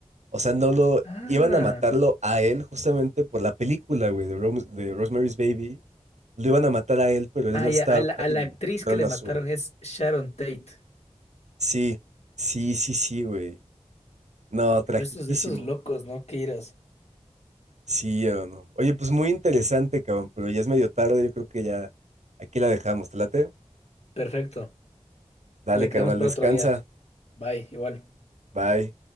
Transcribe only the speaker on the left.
Ah.
Ah,
ya,
a la, a la
actriz
que le mataron
es Sharon Tate.
Pero estos, esos locos, ¿no? Qué iras.
Perfecto.
Lo
quedamos para
otro día. Bye, igual.